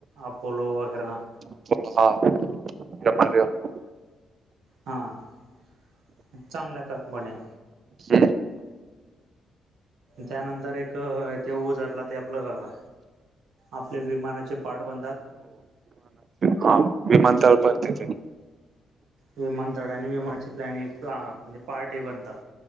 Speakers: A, on the right (about 75°); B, on the right (about 40°).
A: अपोलो वगैरा.
B: <unintelligible>
A: हा आणि चांगलंय त्यात म्हणे.
B: हं.
A: त्यानंतर एक ते ओजर ला ते आपलं आपले विमानाचे पार्ट बनतात
B: हा विमानतळापर्यंत येतंय.
A: विमानतळा आणि विमान चे प्लॅनिंग म्हणजे पार्ट हे बनतात.